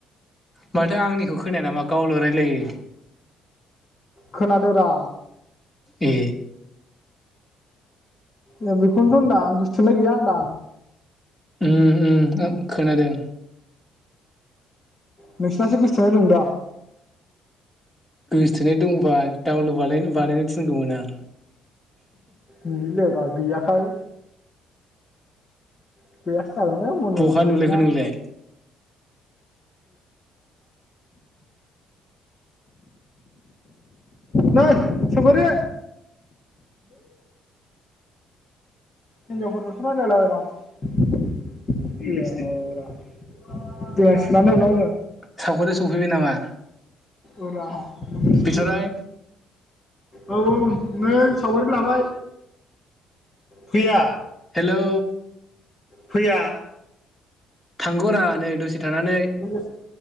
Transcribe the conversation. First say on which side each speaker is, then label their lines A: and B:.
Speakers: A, on the left; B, on the left.
A: माथो आंनिखौ खोनाया नामा गावल' रायलायो।
B: खोनादो रा।
A: ए
B: ए बेखौनोथ' होनदां गोसोथोनाय गैया होनदां।
A: ओम ओम खोनादों।
B: नोंसिनासो गोसोथोनाय दं दा।
A: गोसोथोनाय दंबा डाउनलड बानायनो बानायनो थिनगौमोन आं।
B: नै लेवरा गैयाखाय। <unintelligible> <inaudible> मनिमोन
A: बहा
B: बादिना।
A: नुलायखो नोंलाय
B: नै सावगारि हिनजावफोरजोंसो रायलायलाबायदां <unintelligible> इंलिसनि रायलायनाय
A: सावगारिया सफैबाय नामा
B: औ रा मुगै सुगै
A: बिथराय
B: औ औ नों सावगारि लाबाय। फैया।
A: हेलौ।
B: फैया।
A: थांगौ रा नै दसे। थानानै
B: हो।